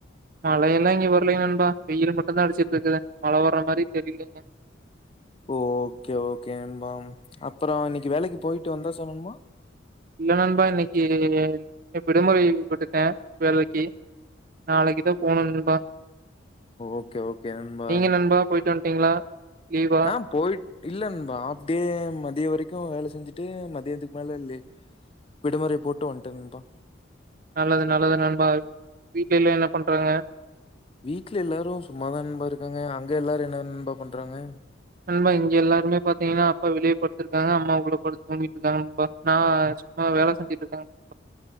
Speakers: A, on the right; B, on the left.
A: மழையெல்லா இங்கே வரலிங்க நண்பா வெயில் மட்டுந் தா அடிச்சிட்டு இருக்கு மழ வர்றா மாரி தெரிலிங்க
B: ஓகே ஓகே நண்பா அப்புறோ இன்னிக்கு வேலைக்கு போயிட்டு வந்தாச்சா நண்பா
A: இல்ல நண்பா இன்னிக்கி விடுமுறை விட்டுட்டோ வேலைக்கி நாளைக்கு தா போவ்ணோ நண்பா
B: ஓகே ஓகே நண்பா
A: நீங்க நண்பா போயிட்டு வந்ட்டீங்களா லீவா?
B: நா போயி்ட் இல்ல நண்பா ஆப்டே மதியோ வரைக்கூ வேல செஞ்சுட்டு மதியத்துக்கு மேல லீவ் விடுமுறை போட்டு வன்டே நண்பா
A: நல்லது நல்லது நண்பா வீட்ல எல்லா என்ன பண்றாங்க
B: வீட்ல எல்லாரூ சும்மாதா நண்பா இருக்காங்க அங்க எல்லாரூ என்ன நண்பா பண்றாங்க
A: நண்பா இங்க எல்லாருமே பாத்தீங்னா அப்பா வெளியே படுத்திருக்காங்க அம்மா உள்ள படுத்து தூங்கிட்டிருக்காங்க நண்பா நா சும்மா வேல செஞ்சிட்டு இருக்கே